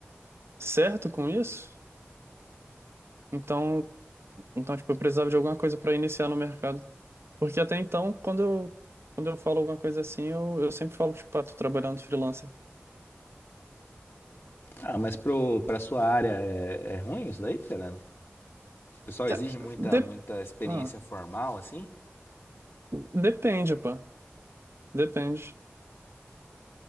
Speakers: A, on the right; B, on the left.
A: certo com isso, então, então tipo, eu precisava de alguma coisa para iniciar no mercado. Porque até então, quando eu, quando eu falo alguma coisa assim, eu, eu sempre falo, tipo, ah, tô trabalhando freelancer.
B: Ah, mas pro, pra sua área é, é ruim isso daí, cara? O pessoal
A: Que-
B: exige muita,
A: ah, de-
B: muita experiência
A: ah,
B: formal, assim.
A: depende, pô. Depende.